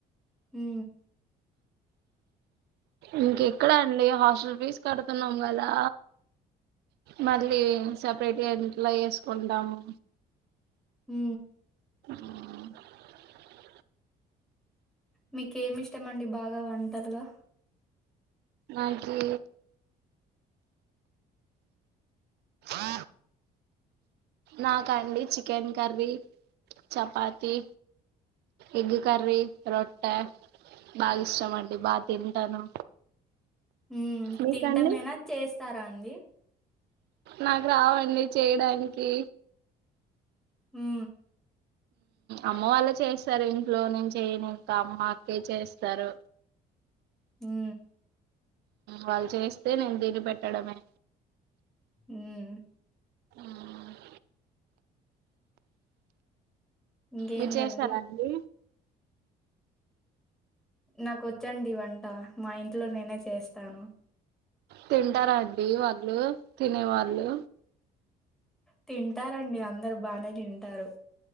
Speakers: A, in the centre; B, on the right.
A: హ్
B: ఇంకెక్కడ అండి హాస్టల్ ఫీజు కడుతున్నాం కదా మళ్ళీ సపరేట్ గా ఎట్లా చేసుకుంటాము
A: హ్
B: హ్
A: మీకు ఏమి ఇష్టం అండి బాగా వంటలుగా
B: నాకి ఆ నాకాండి chicken curry chapati egg curry రొట్ట బాగా ఇష్టం అండి. బాగా తింటాను.
A: ఉ
B: మీకండి
A: తింటమేనా చేస్తారా అండి
B: నాకు రావండి చేయడానికి
A: హ్
B: అమ్మ వాళ్ళే చేస్తారు. ఇంట్లో నేను చేయను ఇంకా అమ్మ అక్కే చేస్తారు.
A: హ్
B: వాళ్ళు చేస్తే నేను తిని పెట్టడమే
A: ఉ
B: హ్
A: ఇంకేంటండి
B: మీరు చేసారా అండి
A: నాకు వచ్చండి వంట మా ఇంట్లో నేనే చేస్తాను
B: తింటారా అండి వాళ్ళు తినే వాళ్ళు
A: తింటారండి అందరు బానే తింటారు.